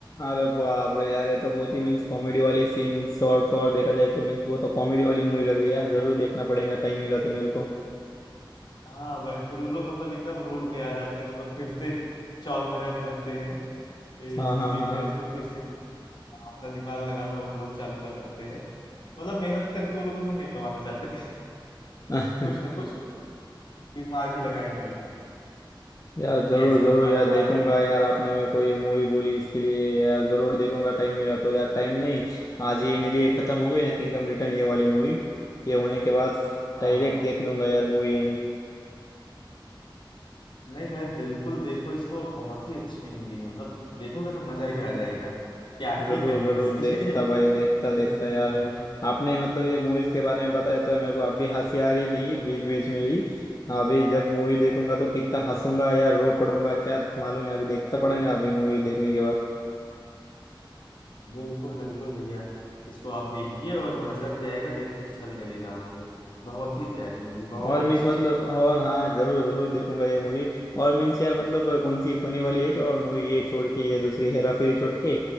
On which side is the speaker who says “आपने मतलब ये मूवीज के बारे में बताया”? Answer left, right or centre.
Left